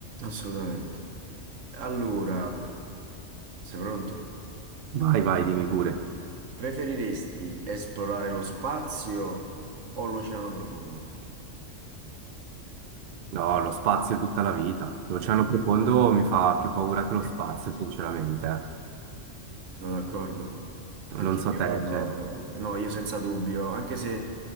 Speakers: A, on the right; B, on the right.
A: assolutamente. Allora, sei pronto?
B: Vai, vai, dimmi pure.
A: Preferiresti esplorare lo spazio o l'oceano profondo?
B: No, lo spazio è tutta la vita. L'oceano profondo mi fa più paura che
A: <laughs>
B: lo spazio, sinceramente. eh.
A: Sono d'accordo. Anche
B: Non so
A: io,
B: te, cioè.
A: no, io senza dubbio, anche se